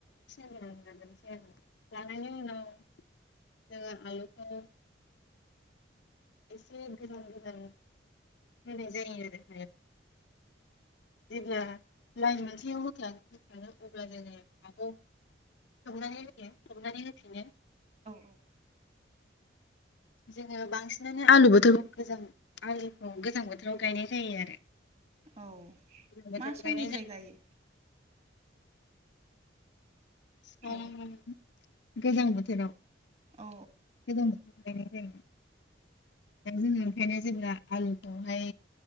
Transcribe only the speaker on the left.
<inaudible> लानायनि उनाव जोङो आलुखौ एसे गोजान गो औ होननाय जायो
आरो <unintelligible> जेब्ला लाइन मोनसेयाव होखां होखाङो अब्ला जोङो हाखौ खोबनानै होयो। खोबनानै होफिनो
जोङो बांसिनानो आलु बो गोबां गोजां आललिखौ गोजां बोथोराव गायनाय जायो आरो।
गोजां बोथोराव
गायनाय जायो
<inaudible>
गोजां बोथोराव <unintelligible>
जायो <unintelligible> जोङो ओंखायनो जेब्ला आलुखौहाय